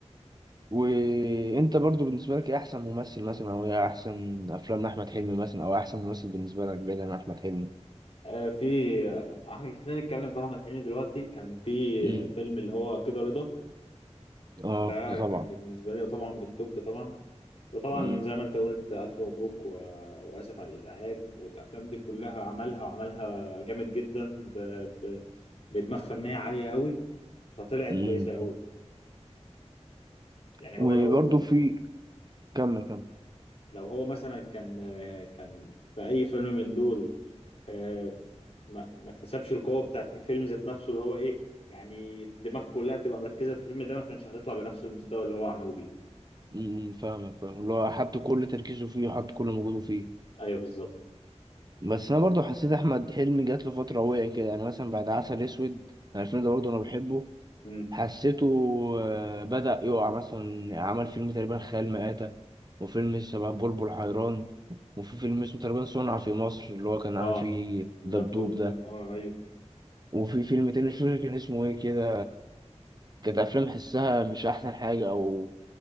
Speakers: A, on the right; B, on the left.
A: وانت برضو بالنسبه لك ايه احسن ممثل مثلا او ايه احسن افلام احمد حلمي مثلا او احسن ممثل بالنسبه لك بعيد عن احمد حلمي
B: آه في آه، آه، خلينا نتكلم في احمد حلمي دلوقتي كان في
A: امم
B: آه، فيلم اللي هو كده رضا
A: اه
B: ده
A: ده طبعا
B: كان بالنسبه لي طبعا بالتوب طبعا وطبعا
A: امم
B: زي ما انت قلت الف مبروك و... واسف على الازعاج والافلام دي كلها عملها وعملها جامد جدا ب... ب... بدماغ فنيه عاليه قوي فطلعت
A: امم
B: كويسه قوي يعني
A: وبرضو
B: هو لو
A: في كمل
B: اه
A: كمل
B: لو هو مثلا كان آه، كان في اي فيلم من دول آه، ما ما اكتسبش القوه بتاعت الفيلم ذات نفسه اللي هو ايه يعني الدماغ كلها تبقى مركزه في الفيلم ده ما كانش هتطلع بنفس المستوى اللي هو عمله بيه
A: امم فاهمك فاهم اللي هو حط كل تركيزه فيه وحط كل مجهوده فيه
B: ايوه بالظبط
A: بس انا برضو حسيت احمد حلمي جات له فتره وقع كده يعني مثلا بعد عسل اسود انا الفيلم ده برضو انا بحبه
B: امم
A: حسيته آه، بدا يقع مثلا عمل فيلم تقريبا خيال مآتة وفيلم شبه بلبل حيران وفي فيلم اسمه تقريبا صنع في مصر اللي هو كان عامل
B: اه
A: فيه دبدوب
B: دبدوب
A: ده
B: اه ايوه
A: وفي فيلم تاني مش فاكر كان اسمه ايه كده كانت افلام حسها مش احسن حاجه او